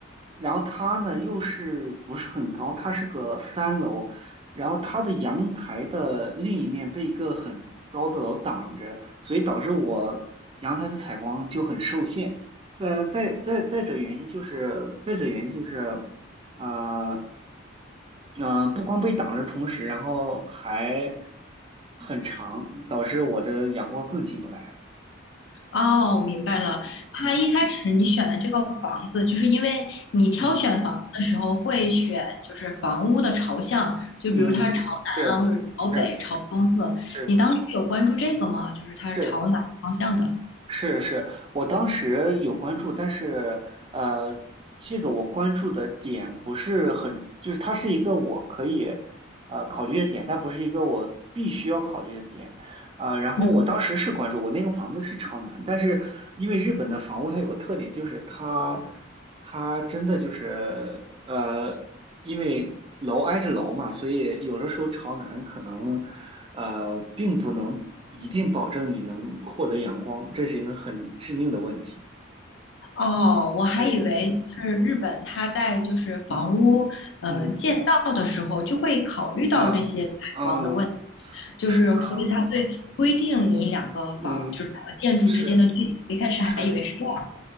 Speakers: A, on the right; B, on the left.
A: 然后它呢又是不是很高，它是个三楼，然后它的阳台的另一面被一个很高的楼挡着，所以导致我阳台的采光就很受限。呃，再再再者原因就是，再者原因就是。啊，嗯、不光被挡着同时，然后还很长，导致我的阳光更进不来了。
B: 哦，明白了。
A: 哎，
B: 它一开始你选的这个房子，
A: 嗯
B: 就是因为你挑选房子的时候会选就是房屋的朝向，
A: 嗯嗯
B: 就比如它是朝南啊，
A: 嗯，是是
B: 或者朝北、朝东侧。
A: 是
B: 你当时有关注这个吗？就是它是朝哪个方向的？
A: 是是是，我当时有关注，但是呃，这个我关注的点不是很，就是它是一个我可以呃考虑的点，但不是一个我必须要考虑的点。啊，然后我当时是关注我那个房子是朝南，
B: 嗯。
A: 但是因为日本的房屋它有个特点，就是它它真的就是呃，因为楼挨着楼嘛，所以有的时候朝南可能呃并不能一定保证你能获得阳光，这是一个很致命的问题。
B: 哦，我还以为就是日本，
A: 对，
B: 它在就是房屋呃建造的时候就会考虑到这些采光的问题，
A: 嗯嗯啊嗯
B: 就是所以它会规定你两个房就是两个建筑之间的距离。
A: 啊嗯是。
B: 我一开始还以为是这样。
A: 是